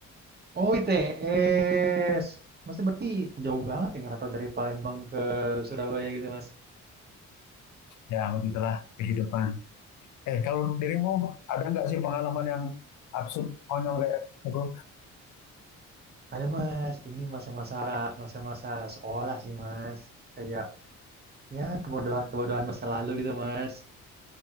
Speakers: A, on the right; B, on the left.
A: Oh, ITS. Masnya berarti jauh banget ya ngerantau dari Palembang ke Surabaya gitu, Mas?
B: Ya begitulah kehidupan. Eh, kalau dirimu ada nggak sih pengalaman yang absurd, konyol kayak aku
A: Ada Mas, ini masa-masa masa-masa sekolah sih Mas. Kayak ya kebodohan-kebodohan masa lalu gitu Mas.